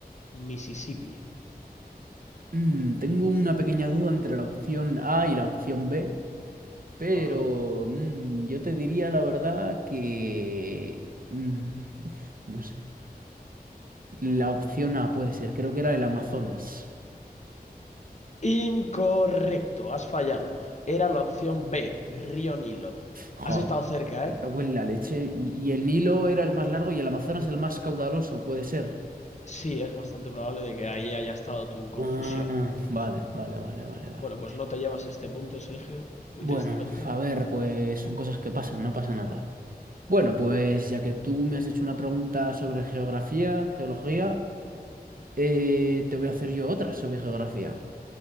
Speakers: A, on the left; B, on the right.
A: Mississippi.
B: Mm, tengo una pequeña duda entre la opción A y la opción B, pero
A: Ajá.
B: mm, yo te diría la verdad que... mm, uf, no sé. La opción A puede ser, creo que era el Amazonas.
A: Incorrecto, has fallado. Era la opción B, Río Nilo.
B: Joder,
A: Has estado cerca,
B: me
A: ¿eh?
B: cago en la leche. Y, y el Nilo era el más largo y el Amazonas el más caudaloso, puede ser.
A: Sí, es bastante probable de que ahí haya estado tu confusión.
B: Ah, vale, vale, vale, vale, vale.
A: Bueno, pues no te llevas este punto, Sergio, muy
B: Bueno,
A: tristemente.
B: a ver, pues son cosas que pasan, no pasa nada. Bueno, pues ya que tú me has hecho una pregunta sobre geografía, geología, eh, te voy a hacer yo otra sobre geografía.